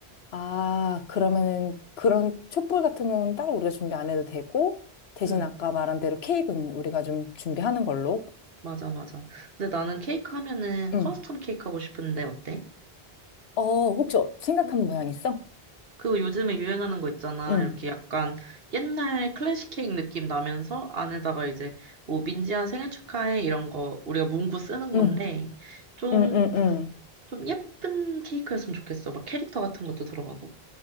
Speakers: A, on the left (about 80°); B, on the right (about 70°).
A: 아, 그러면은 그런 촛불 같은 경우는 따로 우리가 준비 안 해도 되고, 대신
B: 응,
A: 아까 말한 대로 케이크는 우리가 좀 준비하는 걸로.
B: 맞아, 맞아. 근데 나는 케이크 하면은
A: 응.
B: 커스텀 케이크 하고 싶은데 어때?
A: 어, 혹시 어- 생각한 모양 있어?
B: 그 요즘에 유행하는 거 있잖아.
A: 응,
B: 이렇게 약간 옛날 클래식 케이크 느낌 나면서 안에다가 이제 뭐 민지야 생일 축하해 이런 거 우리가 문구 쓰는
A: 응,
B: 건데 좀,
A: 응, 응, 응.
B: 좀 예쁜 케이크였으면 좋겠어. 막 캐릭터 같은 것도 들어가고.